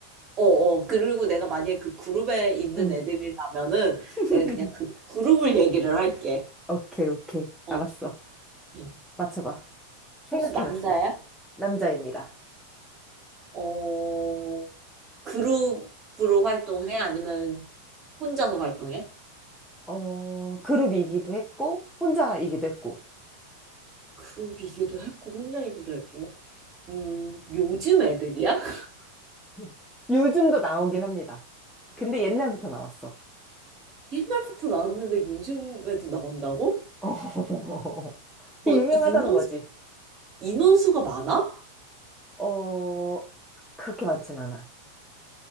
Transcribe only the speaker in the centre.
응.
<laughs>
오케이, 오케이.
알았어.
맞춰봐. 생각해놨어.
남자입니다.
어, 그룹이기도 했고, 혼자이기도 했고.
음. 요즘도 나오긴 합니다. 근데 옛날부터 나왔어.
<laughs> 어, 그
유명하다는
거지.
어, 그렇게 많진 않아.